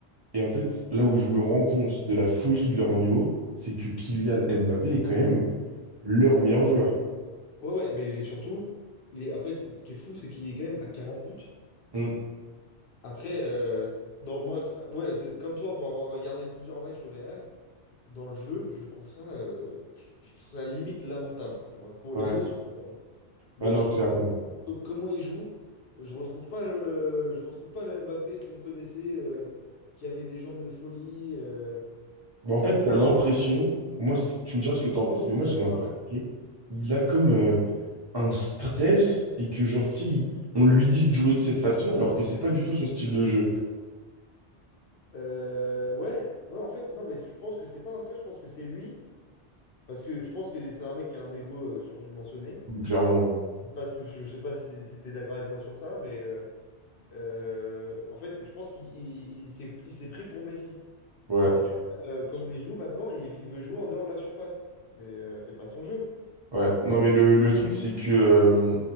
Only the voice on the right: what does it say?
Et en fait, là où je me rends compte de la folie de leur niveau, c'est que Kylian Mbappé est quand même leur meilleur joueur.
Mm.
Ouais.
Ah non,
clairement.
bah en fait,
tu as l'impression, moi, si- tu me diras ce que tu en penses, mais moi, j'ai l'impression
que il a comme euh, un stress et que, genre, tu sais, il- on lui dit de jouer de cette façon alors que c'est pas du tout son style de jeu.
Donc, Clairement.
Ouais.
Ouais. Non, mais le, le truc, c'est que, euh,